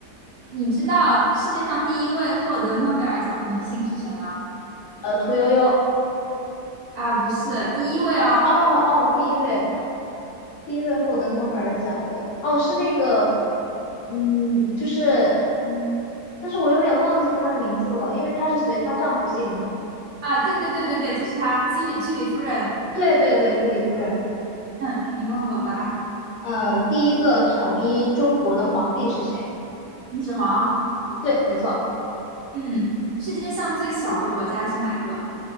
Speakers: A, on the right (about 65°); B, on the left (about 60°).
A: 你知道世界上第一位获得诺贝尔奖的女性是谁吗？
B: 呃，屠呦呦。
A: 啊，不是第一位哦。
B: 哦哦，第一位，第一位获得诺贝尔奖的，哦，是那个，嗯，就是，嗯，但是我有点忘记她的名字了，因为她是随她丈夫姓了。
A: 啊，对对对对对，就是她，居里居里夫人。
B: 对对对，居里夫人，
A: 嗯，你问我吧，
B: 呃，第一个统一中国的皇帝是谁？
A: 秦始皇。
B: 对，没错，
A: 嗯，世界上最小的国家是哪一个？